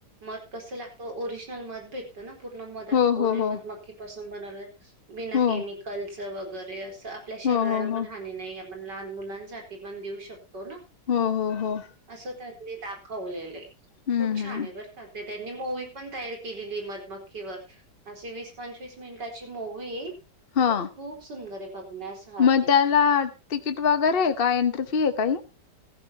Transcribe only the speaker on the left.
हो
हो हो
हो
हो हो हो
हो हो हो.
हम्म
हम्म
हा
मग त्याला तिकीट वगैरे. का एंट्री फी आहे काही?